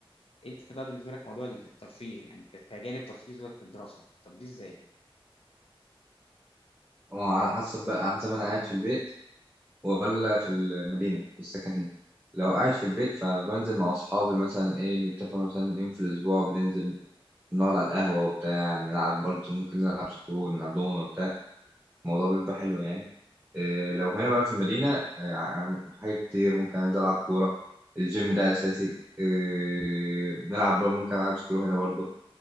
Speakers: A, on the left; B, on the right.
A: انت بقى بالنسبه لك موضوع الترفيه يعني ك- كجانب ترفيه سيبك من الدراسه طب دي ازاي
B: وعلى حسب بقى على حسب انا قاعد في البيت ولا في المدينه في السكن هنا لو قاعد في البيت فبنزل مع اصحابي مثلا ايه نتفق مثلا يوم في الاسبوع بننزل نقعد على القهوه وبتاع نلعب برضه ممكن نلعب سكرول نلعب دومنه وبتاع الموضوع بيبقى حلو يعني إيه لو هنا بقى في المدينه إيه ع- حاجات كتير ممكن انزل العب كوره الجيم ده اساسي إيه بنلعب برضه ممكن العب سكرول هنا برضه